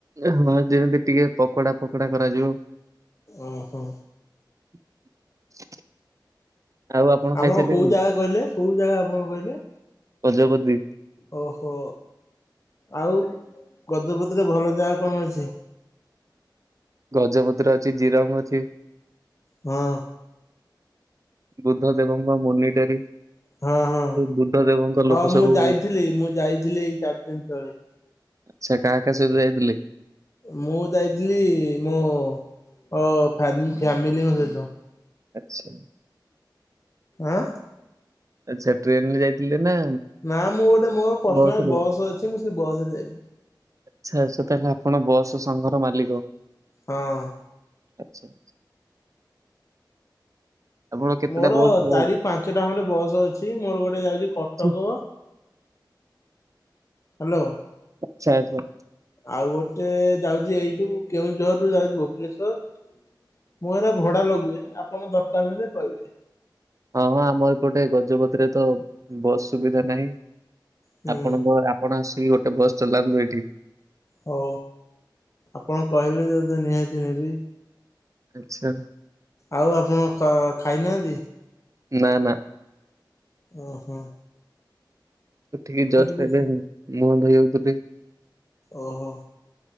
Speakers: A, on the right; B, on the left.
A: ହଁ ଯେମିତି ଟିକେ ପକୋଡା ଫକୋଡା କରାଯିବ।
B: ଓହୋ।
A: <inaudible>
B: ଆପଣ
A: ଖାଇସାରିଲେଣି?
B: କୋଉ ଜାଗା କଇଲେ କୋଉ ଜାଗା ଆପଣ କଇଲେ?
A: ଗଜପତି।
B: ଓହୋ ଆଉ ଗଜପତିରେ ଭଲ ଜାଗା କଣ ଅଛି?
A: ଗଜପତିରେ ଅଛି ଜିରଙ୍ଗ ଅଛି।
B: ହଁ।
A: ବୁଦ୍ଧ ଦେବଙ୍କ ମୁନିଟାରୀ।
B: ହଁ ହଁ
A: ବୁଦ୍ଧ ଦେବଙ୍କ ଲୋକ
B: ହଁ ମୁଁ
A: ସବୁ
B: ଯାଇଥିଲି ମୁଁ ଯାଇଥିଲି ଏଇ ଚାରି ଦିନ ତଳେ।
A: ସେଇଟା ଏକା କାହା ସହିତ ଯାଇଥିଲେ?
B: ମୁଁ ଯାଇଥିଲି ମୋ ଓ ଫ୍ୟାମ୍ ଫ୍ୟାମିଲିଙ୍କ ସହିତ।
A: ଆଚ୍ଛା।
B: ଆଁ।
A: ଆଚ୍ଛା ଟ୍ରେନରେ ଯାଇଥିଲେ ନା
B: ନା ମୁଁ ଗୋଟେ ମୋର ପର୍ସନାଲ
A: ବସ ରେ?
B: ବସ୍ ଅଛି ମୁଁ ସେ ବସରେ ଯାଇବି।
A: ଆଛା ଆଛା ତାହେଲେ ଆପଣ ବସ୍ ସଂଘର ମାଲିକ?
B: ହଁ।
A: ଆଚ୍ଛା। ଆପଣ କେତେଟା
B: ମୋର
A: ବସ୍ ର
B: ଚାରି ପାଞ୍ଚଟା ଖଣ୍ଡେ ବସ୍ ଅଛି ମୋର ଗୋଟେ ଯାଉଚି କଟକ।
A: ଆଚ୍ଛା
B: ହାଲୋ।
A: ଆଚ୍ଛା ଆଚ୍ଛା।
B: ଆଉ ଗୋଟେ ଯାଉଚି ଏଇଠୁ କେଉଁଝରରୁୁ ଯାଉଚି ଭୁବନେଶୋର। ମୁଁ ଏରା ଭଡ଼ା ଲଗୁଏ ଆପଣଙ୍କ ଦରକାର ହେଲେ କଇବେ।
A: ହଁ ହଁ ଆମ ଏପଟେ ଗଜପତିରେ ତ ବସ୍ ସୁବିଧା ନାହିଁ
B: ହୁଁ
A: ଆପଣଙ୍କ ଆ ଆପଣ ଆସିକି ଗୋଟେ ବସ୍ ଚଲାନ୍ତୁ ଏଠି।
B: ହଉ ଆପଣ କହିଲେ ଯଦି ନିହାତି ନେବି।
A: ଆଚ୍ଛା।
B: ଆଉ ଆପଣ ଖା ଖାଇନାହାନ୍ତି?
A: ନାଁ ନାଁ।
B: ଅହଁ।
A: ଉଠିକି ଜଷ୍ଟ୍
B: କିଛି
A: ଏବେ ମୁଁ ମୁହଁ ଧୋଇହୋଉଥିଲି।
B: ଓହୋ